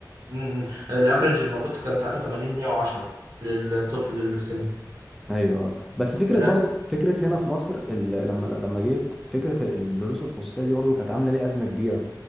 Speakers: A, on the right; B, in the centre.
A: أمم. الافرج المفروض كان ساعتها 80 110 للطفل اللي في سني
B: ايوه آه. بس فكره
A: ده لا
B: برضه فكره هنا في مصر ال... لما لما جيت فكره الدروس الخصوصيه دي برضه كانت عامله لي ازمه كبيره